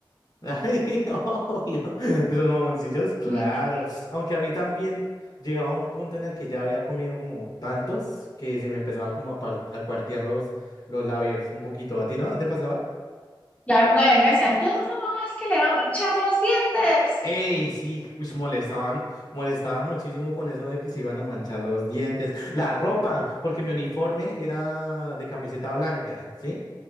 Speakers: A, on the left; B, on the left.
A: Ay, <laughs> obvio, de los mamoncillos, claro.
B: Uy, qué.
A: Aunque a mí también llegaba un punto en el que ya había comido como tantos que se me empezaba como a, par- a cuartear los, los labios un poquito. ¿A ti no? ¿No te pasaba?
B: Claro, no, y a mí me decían, no, ¿cómo es que le va a echar los dientes?
A: Ey, sí, uish, molestaban, molestaban muchísimo con eso de que se iban a manchar los dientes, la ropa, porque mi uniforme era de camiseta blanca, ¿sí?